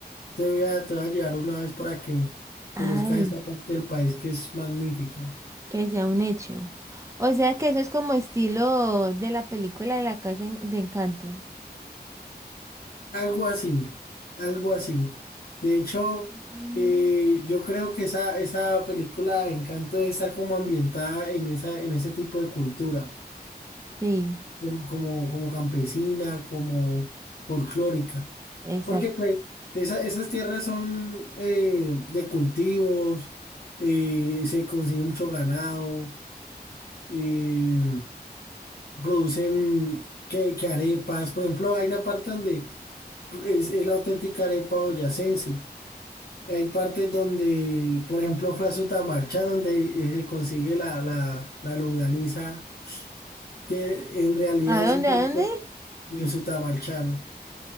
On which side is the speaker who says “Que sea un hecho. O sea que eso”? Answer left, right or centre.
Right